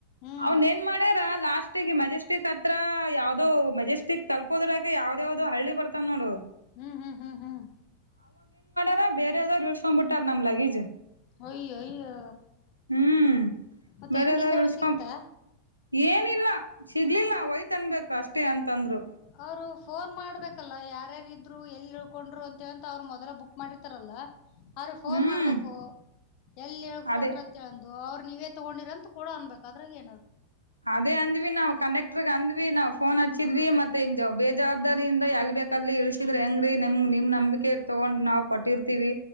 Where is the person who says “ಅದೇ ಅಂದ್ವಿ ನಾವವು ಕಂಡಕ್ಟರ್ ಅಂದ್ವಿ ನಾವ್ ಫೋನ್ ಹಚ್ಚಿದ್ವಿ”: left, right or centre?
Right